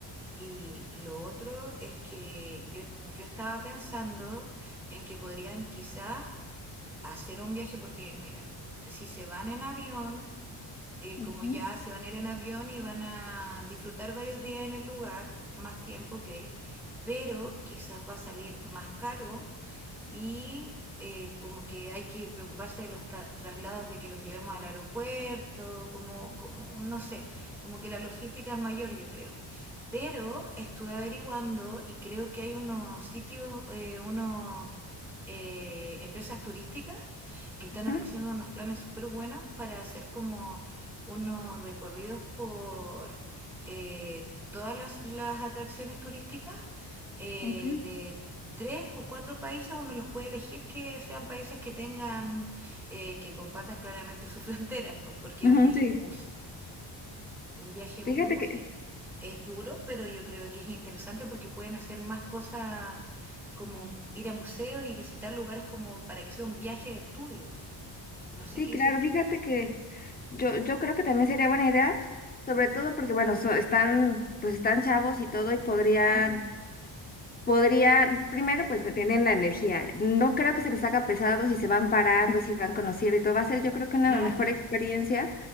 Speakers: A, in the centre; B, on the left.
A: Y lo otro es que yo, yo estaba pensando en que podrían quizás hacer un viaje porque, mira, si se van en avión, eh,
B: Ujú,
A: como ya se van a ir en avión y van a disfrutar varios días en el lugar, más tiempo que, pero quizás va a salir más caro y eh, como que hay que preocuparse de los tra- traslados, de que los llevemos al aeropuerto, como, como, no sé, como que la logística es mayor, yo creo. Pero estuve averiguando y creo que hay unos sitios, eh, unos eh, empresas turísticas que están ofreciendo
B: ajá,
A: unos planes súper buenos para hacer como unos recorridos por eh, todas las, las atracciones turísticas eh,
B: ujú,
A: de tres o cuatro países uno los puede elegir que sean países que tengan, eh, que compartan claramente sus fronteras, <laughs> pues, porque
B: ujú,
A: es un viaje
B: sí.
A: en bus, un viaje en
B: Fíjate
A: bus
B: que,
A: y- es duro, pero yo creo que es interesante porque pueden hacer más cosas como ir a museos y visitar lugares como para que sea un viaje de estudios. No sé
B: sí,
A: qué
B: claro,
A: dices tú.
B: fíjate que yo, yo creo que también sería buena idea, sobre todo porque, bueno, so- están, pues están chavos y todo, y podrían
A: Ujú,
B: Podría, primero, pues me tienen la energía. No creo que se les haga pesado si se van parando, si van conociendo y todo. Va a ser, yo creo que una
A: claro.
B: mejor experiencia